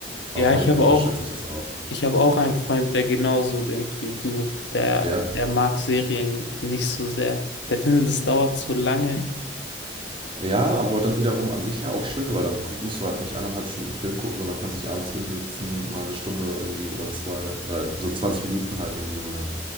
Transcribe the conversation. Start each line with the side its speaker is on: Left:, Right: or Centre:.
Right: Aber
Left: Ja,
Right: vielleicht
Left: ich habe
Right: unterschätze
Left: auch,
Right: ich das auch.
Left: ich habe auch einen Freund, der genauso denkt wie du. Der,
Right: Ja.
Left: der mag Serien nicht so sehr. Der findet, es dauert zu lange.
Right: Ja, aber dann wiederum an sich ja auch schön, weil dann guck, musst du halt nicht anderthalb Stunden Film gucken, sondern kannst dich abends hinsetzen, mal eine Stunde irgendwie oder zwei, oder so 20 Minuten halt irgendwie mal eine